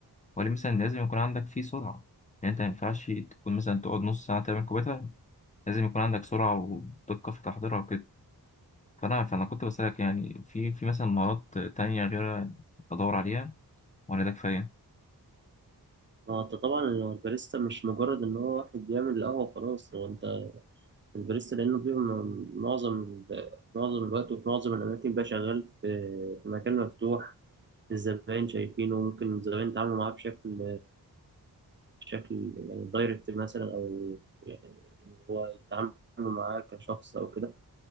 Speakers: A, on the left; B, on the right.
A: وليه مثلا لازم يكون عندك فيه سرعه يعني انت ما ينفعش تكون مثلا تقعد نص ساعه تعمل كوبايه لازم يكون عندك سرعة ودقة في تحضيرها وكده فأنا فأنا كنت بسألك يعني في في مثلا مهارات تانية غير أدور عليها ولا ده كفاية؟
B: ما هو أنت طبعا لو الباريستا مش مجرد إن هو واحد بيعمل القهوة خلاص هو الباريستا لأنه بيبقى م- معظم ال- معظم الوقت وفي معظم الأماكن بقى شغال في في مكان مفتوح الزبائن شايفينه ممكن الزبائن يتعاملوا معاه بشكل بشكل يعني دايركت مثلا أو يعني هو يتعاملوا معاه كشخص أو كده